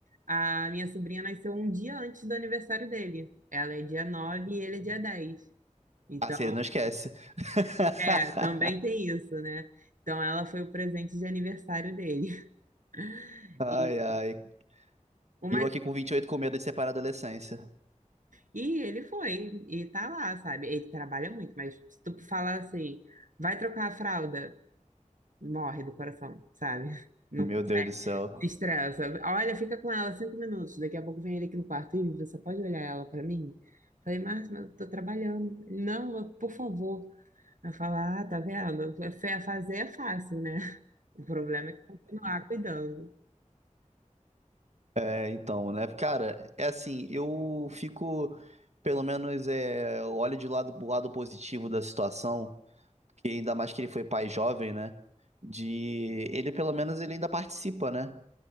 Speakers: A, on the right; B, on the right.
A: A minha sobrinha nasceu um dia antes do aniversário dele. Ela é dia 9 e ele é dia 10. Então,
B: Ah, se ele não esquece. <laughs>
A: é, também tem isso, né? Então, ela foi o presente de aniversário dele. <laughs>
B: Ai,
A: E,
B: ai.
A: o mais-
B: E eu aqui com 28 com medo de separar a adolescência.
A: e ele foi, e tá lá, sabe? Ele trabalha muito, mas se tu falar assim, vai trocar a fralda, morre do coração, sabe? <laughs> Não
B: Meu Deus do céu.
A: estressa. Olha, fica com ela cinco minutos. Daqui a pouco vem ele aqui no quarto. Ih, você pode olhar ela pra mim? Falei, Márcio, mas eu tô trabalhando. Ele, Não, eu- por favor. Ela fala, ah, tá vendo? Fa- Fazer é fácil, né? <laughs> O problema é continuar cuidando.
B: É, então, né? Cara, é assim, eu fico, pelo menos, é, olho de lado, o lado positivo da situação, que ainda mais que ele foi pai jovem, né? De ele, pelo menos, ele ainda participa, né?